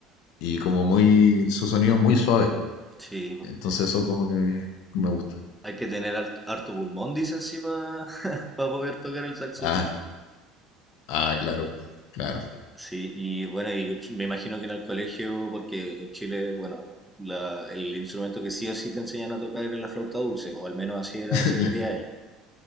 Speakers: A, on the left; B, in the centre.
A: y como muy, su sonido es muy suave.
B: Sí, po.
A: Entonces eso como que me gusta.
B: hay que tener alt- harto pulmón, dicen, sí, para <laughs> poder tocar el saxofón.
A: Ah, Ah, claro, claro.
B: Sí, y bueno, y me imagino que en el colegio, porque en Chile, bueno, la- el instrumento que sí o sí te enseñan a tocar era la flauta dulce, o al menos así era
A: <laughs>
B: hace
A: La-
B: 10 años.